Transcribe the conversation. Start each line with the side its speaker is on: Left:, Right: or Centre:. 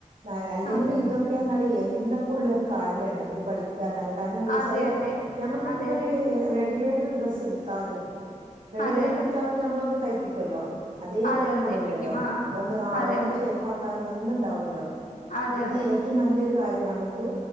Right: ന അല്ലെങ്കിലും
Left: ആഹ്
Right: ഇതൊക്കെ എന്ന് പ ഉള്ളൊര്ക്ക് കാര്യാണ് ഇത് പഠിക്കാറ്ന്നാല് കാര്ണം എന്ത് വെച്ചാല്
Left: അതെ അതെ
Right: നമ്മള് ഇഞ്
Left: അതെ
Right: ഇപ്പൊര്
Left: അതെ
Right: റെഡിമെയ്ഡ് ഡ്രസ്സ് ഇട്ത്താലും റെഡിമെഡ്
Left: അതെ അതെ
Right: എട്ത്താലും നമ്മള് ഒന്ന് തെ ക്കുല്ലോ അതേപലെ
Left: അതെ
Right: നമ്മള്
Left: അതെ
Right: ഇടൂലല്ലൊ
Left: തേപ്പിക്കും ആ
Right: ഒന്ന് ആഹ്
Left: അതെ
Right: ഒന്ന്
Left: അതെ
Right: ഷെയ്പ്പാക്കാൻ ഒന്നുണ്ടാവൊല്ലോ
Left: അതെ
Right: ഇത്
Left: അതെ അതെ
Right: ഏറ്റം നല്ലൊരു കാര്യാണ് നമ്മക്ക്